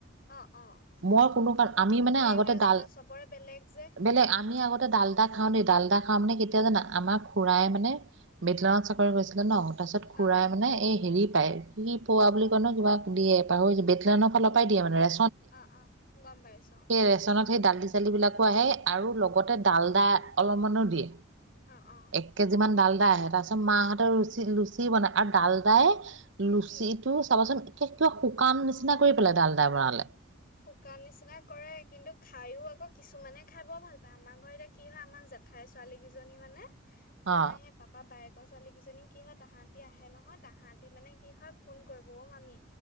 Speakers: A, on the left; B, on the right.
A: অ অ
B: মই কোনো কাৰণ আমি মানে
A: সেইটোৱে
B: আগতে
A: আচলতে
B: ডাল
A: চবৰে বেলেগ যে
B: বেলেগ আমি আগতে ডালদা খাওঁ দে ডালদা মানে কেতিয়া
A: উম
B: জানা,
A: উম
B: আাৰ খুৰা
A: উম
B: মানে বেটলেনত
A: অ
B: চাকৰি কৰিছিলে ন তাৰপিছত খুৰাই
A: অ অ
B: মানে এই হেৰি কি পোৱা বুলি কয় ন কিবাক দিয়ে পাহৰি বেলেনৰ ফালৰ পৰাই দিয়ে মানে ৰা
A: অ অ উ গম পায়চো অ
B: ৰেচনত সেই দালি চালি বিলাকো আহে আৰু লগতে ডালদা অলপমানো দিয়ে
A: অ অ
B: এক কেজি মান ডাল আহে ত পাছত মাহঁতৰ ৰুচি। কি বনাই আৰু ডাল দাই লুচি
A: উম
B: টো চাবচোন ক শুকান নিচিনা কৰি পেলাই ডাল দাই বনালে
A: শুকান নিচিনা কৰে কিন্তু খায়ো আকৌ কিছুমানে খাই বৰ ভাল পায় আমাৰ ঘৰ এতিয়া কি হয় আমাৰ জাত ঠাই ছোৱালী কেইজনী মানে তোমাৰ
B: অ
A: সেই পাপা বায়েক তৰ ছোৱালী কেইজনী কি হয় তাহাঁতি আহে নহয় তাহাঁতি মানে কি হয় ফোন কৰিব মামি